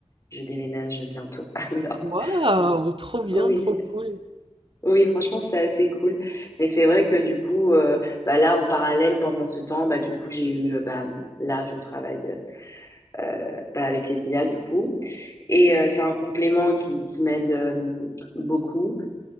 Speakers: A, on the left (about 30°); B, on the right (about 50°).
A: je déménage bientôt <laughs> à New York.
B: Waouh!
A: Donc, c-
B: Trop bien,
A: oui.
B: trop cool.
A: Oui, franchement, c'est assez cool. Mais c'est vrai que du coup, euh, bah là, en parallèle, pendant ce temps, bah du coup, j'ai eu, euh, bah là, je travaille euh, bah, avec les IA du coup, et euh, c'est un complément qui qui m'aide euh, beaucoup.